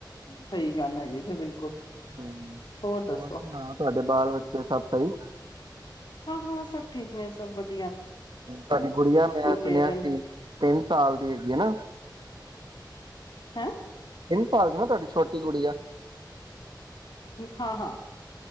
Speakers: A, on the left; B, on the right.
A: ਸਹੀ ਗੱਲ ਹੈਗੀ ਜੇ ਬਿਲਕੁਲ
B: ਹਮ
A: ਹੋਰ ਦੱਸੋ।
B: ਸੁਣਾ ਤੁਹਾਡੇ ਬਾਲ ਬੱਚੇ ਸਭ, ਨਹੀਂ,
A: ਹਾਂ-ਹਾਂ ਸਭ ਠੀਕ ਨੇ ਸਭ ਵਧੀ
B: ਸਾਡੀ ਗੁੜੀਆਂ ਮੈਂ
A: ਗਏ
B: ਸੁਣਿਆ
A: ਦੇ ਨੇ
B: ਸੀ ਤਿੰਨ ਸਾਲ ਦੀ ਹੈਗੀ ਹੈ ਨਾ,
A: ਹੈਂ
B: ਪਾਲਦੀ ਨਾ ਤੁਹਾਡੀ ਛੋਟੀ ਗੁੜੀਆ,
A: ਹਾਂ-ਹਾਂ